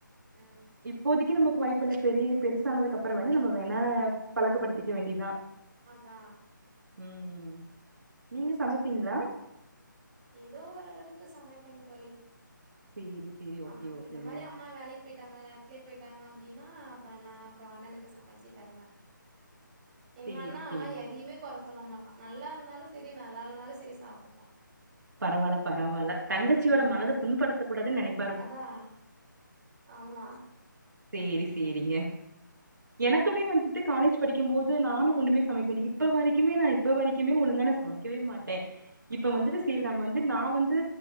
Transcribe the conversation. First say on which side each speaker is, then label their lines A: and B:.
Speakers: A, on the right (about 20°); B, on the right (about 65°).
A: ம்
B: இப்போதைக்கு நமக்கு வாய்ப்பு இல்ல பெரிய பெருசானதுக்கு அப்பற வேணா நம்ம வேணா பழக்கப்படுத்திக்க வேண்டியதா
A: அதா
B: ம் நீங்க சமைப்பீங்ளா
A: எதோ ஓரளவுக்கு சமைப்பேங் தோழி
B: சேரி சேரி ஓகே
A: அம்
B: ஓகேங்க
A: இந்த மாரி அம்மா வேலைக் போயிட்டாங்க நேரத்துலே போயிட்டாங்க அப்டினா அப்றோ நா அப்றோ அண்ணனுக்கு சமைச்சு தருவே எங்க
B: சேரி
A: அண்ணா
B: சேரிங்க
A: ஆனா எதையுமே கொற சொல்ல மாட்டா நல்லா இருந்தாலு சேரி நல்லா இல்லைனாலு சேரி சாப்ட்டுப்பா
B: பரவால்ல பரவால்ல தங்கச்சியோட
A: ம்
B: மனது புண்படுத்தக் கூடாதுன் நெனை
A: அதா ஆமா
B: சேரி சேரிங்க எனக்குமே வந்துட்டு காலேஜ் படிக்கமோது நானும் ஒண்ணுமே சமைக்கல இப்ப வரைக்குமே நா இப்ப வரைக்குமே ஒழுங்கா நா சமைக் கவே மாட்டேன் இப்ப
A: ஆ
B: வந்துட்டு செரி நம்ப வந்து நா வந்து